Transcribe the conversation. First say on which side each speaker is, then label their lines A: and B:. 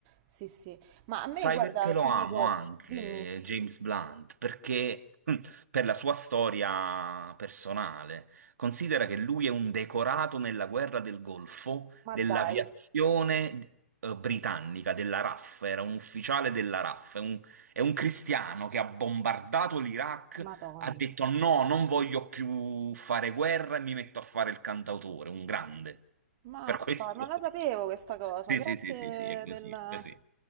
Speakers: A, on the right; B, on the right.
A: Sì, sì. Ma a me,
B: Sai
A: guarda,
B: perché lo
A: ti
B: amo
A: dico,
B: anche
A: dimmi,
B: James Blunt? Perché <laughs> per la sua storia personale, considera che lui è un decorato nella guerra del Golfo
A: ma
B: dell'aviazione
A: dai,
B: eh, britannica, della RAF, era un ufficiale della RAF, è un, è un cristiano che ha bombardato l'Iraq,
A: Madonna.
B: ha detto no, non voglio più fare guerra e mi metto a fare il cantautore, un grande.
A: Mappa,
B: Per questo
A: non
B: lo stimo.
A: la sapevo questa cosa,
B: Sì,
A: grazie
B: sì, sì, sì, sì, è così,
A: della-
B: è così.